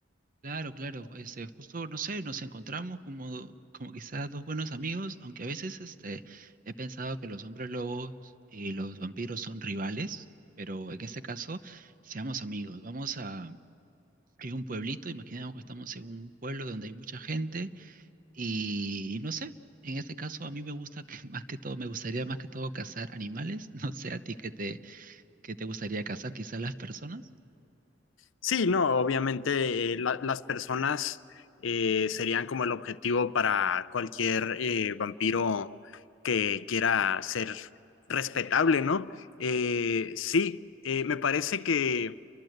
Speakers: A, on the right (about 45°); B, on the left (about 85°).
A: Claro, claro, este, justo, no sé, nos encontramos como, como quizás dos buenos amigos, aunque a veces este, he pensado que los hombres lobos y los vampiros son rivales, pero en este caso, seamos amigos. Vamos a, hay un pueblito, imaginemos que estamos en un pueblo donde hay mucha gente y, y no sé, en este caso a mí me gusta que <laughs> más que todo, me gustaría más que todo cazar animales, no sé a ti que te, que te gustaría cazar, quizás las personas.
B: Sí, no, obviamente eh, la- las personas eh, serían como el objetivo para cualquier eh, vampiro que quiera ser respetable, ¿no? Eh, sí, eh, me parece que